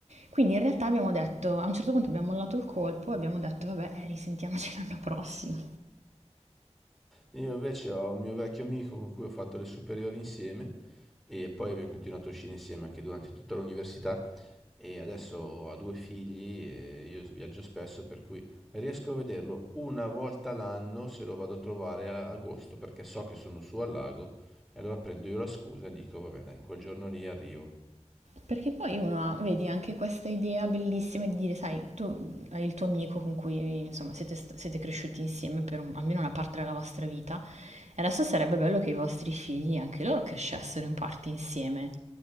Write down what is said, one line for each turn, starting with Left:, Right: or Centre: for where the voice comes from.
Right: Quindi in realtà abbiamo detto, a un certo punto abbiamo mollato il colpo e abbiamo detto, vabbè, eh, risentiamoci <laughs> l'anno prossimo.
Centre: Io invece ho un mio vecchio amico con cui ho fatto le superiori insieme e poi abbiamo continuato a uscire insieme anche durante tutta l'università e adesso ha due figli e io viaggio spesso per cui riesco a vederlo una volta l'anno se lo vado a trovare a agosto perché so che sono su al lago e allora prendo io la scusa e dico vabbè dai, quel giorno lì arrivo.
Right: Perché poi uno, vedi, anche questa idea bellissima di dire, sai, tu hai il tuo amico con cui, insomma, siete, st- siete cresciuti insieme per un- almeno una parte della vostra vita, e adesso sarebbe bello che i vostri figli, anche loro, crescessero in parte insieme.